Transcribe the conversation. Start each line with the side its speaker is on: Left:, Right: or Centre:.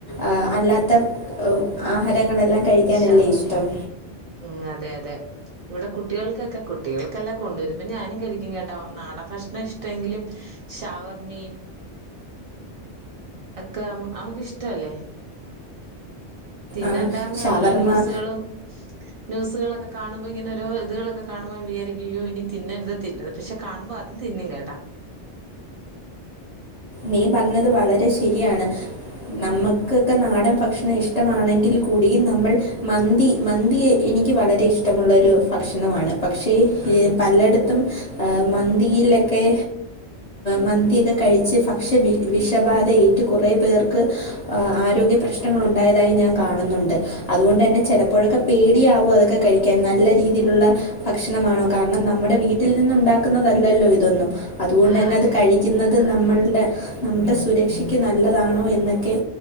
Left: ആഹ് അല്ലാത്ത ആഹാരങ്ങളെല്ലാം കഴിക്കാനല്ലേ
Right: ഷവർമേം
Left: ഇഷ്ടം
Right: ഉം അതെ അതെ ഇവിടെ കുട്ടികൾക്കക്കെ കുട്ടികൾക്കല്ല കൊണ്ടരുമ്പോ ഞാനും കഴിക്കും കേട്ടോ നാടൻ ഭക്ഷണഇഷ്ടെങ്കിലും ഷവർമേം ഒക്കെ നമ്മുക്ക് ഇഷ്ടല്ലേ പിന്നെണ്ടാന്ന
Left: ആ ഷവർമ്മ
Right: ഓരോ ന്യൂസുകളും ന്യൂസുകള കാണുമ്പോ ഇങ്ങനെ ഓരോ ഇതുകളൊക്കെ കാണുമ്പോ ഞ വിചാരിക്കും ഇനി തിന്നരത് തിന്നത് പക്ഷെ കാണുമ്പോ അതും തിന്നും കേട്ടാ
Left: നീ പഞ്ഞത് വളരെ ശരിയാണ് നമക്കൊക്കെ നാടൻ ഭക്ഷണം ഇഷ്ടമാണെങ്കിൽ കൂടി നമ്മൾ മന്തി മന്തി എനിക്ക് വളരെ ഇഷ്ടമുള്ളൊരു ഭക്ഷണമാണ് പക്ഷേ
Right: ഉം
Left: പലെടുത്തും മന്തിയിലെക്കെ മന്തിയൊക്കെ കയി ച്ച് ഭക്ഷ്യ വിഷബാധ ഏറ്റ് കൊറെ പേർക്ക് ആ ആരോഗ്യ പ്രശ്നങ്ങൾ ഉണ്ടായതായി ഞാൻ കാണുന്നുണ്ട് അതുകൊണ്ട് തന്നെ ചിലപ്പോഴൊക്കെ പേടിയാവും അതൊക്കെ കഴിക്കാൻ നല്ല രീതിയിലുള്ള ഭക്ഷണമാണോ കാരണം നമ്മുടെ വീട്ടിൽ നിന്ന് ഉണ്ടാക്കുന്നതല്ലല്ലോ ഇതൊന്നും അതുകൊണ്ട്
Right: ആ
Left: തന്നെ
Right: അതെ
Left: അത് കഴിക്കുന്നത് <unintelligible> നമ്മുടെ സുരക്ഷയ്ക്ക് നല്ലതാണോ എന്നൊക്കെ